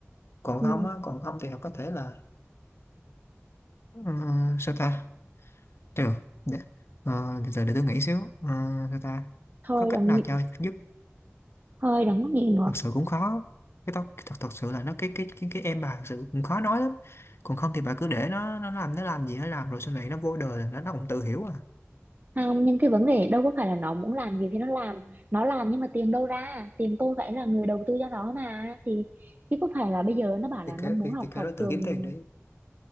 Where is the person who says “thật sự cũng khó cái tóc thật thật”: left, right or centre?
Left